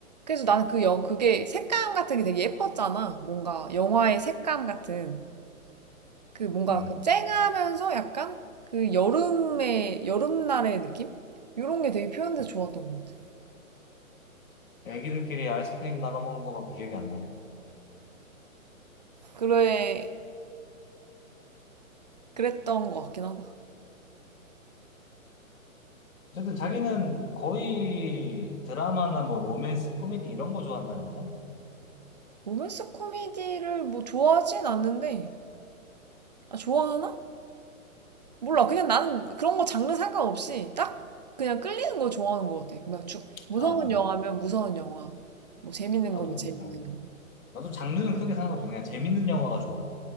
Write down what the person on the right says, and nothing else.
그래서 나는 그 영, 그게 색감 같은 게 되게 예뻤잖아. 뭔가 영화의 색감 같은. 그 뭔가
그 쨍하면서 약간 그 여름의, 여름날의 느낌? 이런 게 되게 표현돼서 좋았던 것 같아.
그래, 그랬던 것 같긴 하다.
로맨스 코미디를 뭐 좋아하진 않는데, 아, 좋아하나? 몰라. 그냥 나는 그런 거 장르 상관없이 딱 그냥 끌리는 거 좋아하는 것 같아. 그냥 주, 무서운
영화면 무서운 영화. 뭐 재밌는
거면 재밌는
거.